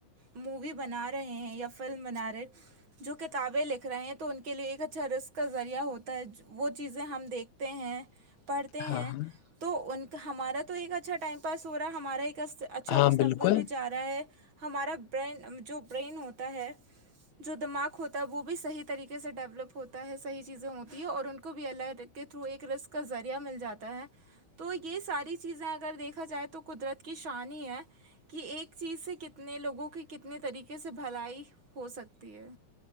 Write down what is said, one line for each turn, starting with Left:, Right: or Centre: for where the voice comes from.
Right: مووی بنا رہے ہیں یا فلم بنا رہے جو کتابیں لکھ رہے ہیں تو ان کے لیے ایک اچھا رسق کا ذریعہ ہوتا ہے وہ چیزیں ہم دیکھتے ہیں پڑھتے ہیں
Left: ہاں ہاں
Right: تو ان کا ہمارا تو ایک اچھا ٹائم پاس ہو رہا ہے ہمارا ایک اچھا
Left: ہاں
Right: مستقبل
Left: بالکل
Right: بھی جا رہا ہے ہمارا برین جو برین ہوتا ہے جو دماغ ہوتا ہے وہ بھی صحیح طریقے سے ڈیولپ ہوتا ہے صحیح چیزیں ہوتی ہیں اور ان کو بھی الگ تھرو ایک رسک کا ذریعہ مل جاتا ہے تو یہ ساری چیزیں اگر دیکھا جائے تو قدرت کی شانی ہے کہ ایک چیز سے کتنے لوگوں کی کتنے طریقے سے بھلائی ہو سکتی ہے